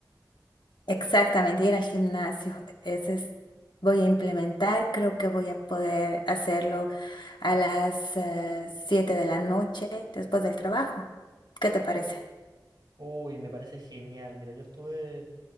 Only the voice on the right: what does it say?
Uy, me parece genial. Mira, yo estuve